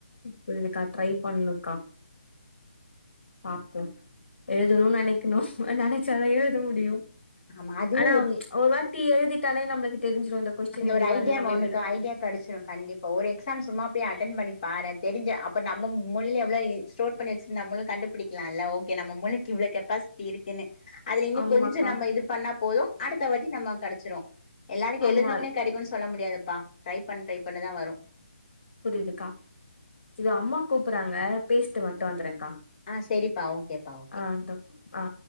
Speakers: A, on the left; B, on the left.
A: புரிதுக்கா ட்ரை பண்ணணுக்கா பாப்போ எழுதணுன் நெனைக்கனு நெனச்சாதா எழுத முடியு
B: ஆமா அதே
A: ஆனா ஒரு வாட்டி எழுதிட்டாளே நம்ளுக்கு தெரிஞ்சிரு இந்த கொஸ்டின்
B: அந்த
A: இப்டி
B: ஒரு
A: வருது
B: ஐடியாமா
A: நம்ம
B: ஒனக்கு
A: இப்டிதா
B: ஐடியா கெடச்சிரு கண்டிப் பா ஒரு எக்ஸாம் சும்மா போய் அட்டன் பண்ணி பாரே தெரிஞ்ச அப்ப நம்ம மூளைல எவ்ளோ எ ஸ்டோர் பண்ணி வச்சு நம்மளு கண்டுபிடிக் லால ஓகே நம்ம மூளைக்கு இவ்ளோ கெப்பாசிட்டி இருக்குன்னு அதுல இனி
A: ஆமாக்கா
B: கொஞ்சோ நம்ம இது பண்ணா போது அடுத்த வாட்டி நம்ம கெடச்சிரு எல்லானிக்கி
A: ஆமா
B: எழுதுனோ கெடைக்குன் சொல்ல முடியாதுப்பா ட்ரை பண் ட்ரை பண்ணதா வரு
A: புரியுதுக்கா இது அம்மா கூப்புறாங்க பேசிட்டு மட்டு வந்துர்ரேக்கா
B: ஆ செரிப்பா ஓகேப்பா ஓ
A: ஆக்கா ஆ